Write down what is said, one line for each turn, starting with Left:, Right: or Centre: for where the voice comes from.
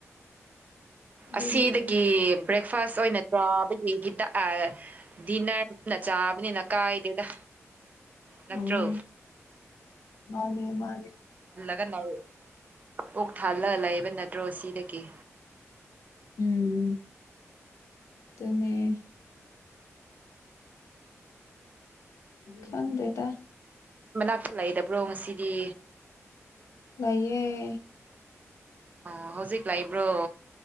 Left: ꯑꯗꯨꯅꯦ
Right: ꯑꯁꯤꯗꯒꯤ ꯕ꯭ꯔꯦꯛꯐꯥꯁ ꯑꯣꯏꯅ ꯇ꯭ꯔꯥꯕꯒꯤ ꯍꯤꯗꯥꯛ ꯗꯤꯟꯅꯔꯅ ꯆꯥꯕꯅꯤꯅ ꯀꯥꯏꯗꯦꯗ ꯅꯠꯇ꯭ꯔꯣ
Left: ꯑꯣ ꯃꯥꯅꯦ ꯃꯥꯅꯦ
Right: ꯀꯛ ꯊꯥꯜꯂꯒ ꯂꯩꯕ ꯅꯠꯇ꯭ꯔꯣ ꯁꯤꯗꯒꯤ
Left: ꯎꯝ ꯑꯗꯨꯅꯦ ꯈꯪꯗꯗ
Right: ꯃꯅꯥꯛꯇ ꯂꯩꯥꯛꯇꯕ꯭ꯔꯣ ꯉꯁꯤꯗꯤ
Left: ꯂꯩꯏꯌꯦ
Right: ꯑ ꯍꯧꯖꯤꯛ ꯂꯥꯛꯏꯕ꯭ꯔꯣ